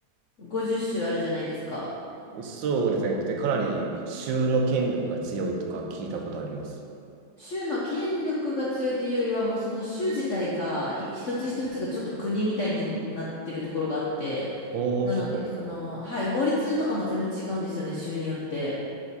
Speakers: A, on the left; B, on the right.
A: 50州あるじゃないですか。
B: そうですね。で、かなり州の権力が強いとか聞いたことあります。
A: 州の権力が強いというよりは、もうその州自体が、い一つ一つがちょっと国みたいになってるところがあって、
B: おー、
A: なので、
B: そうなんですか。
A: その、はい、法律とかも全部違うんですよね、州によって。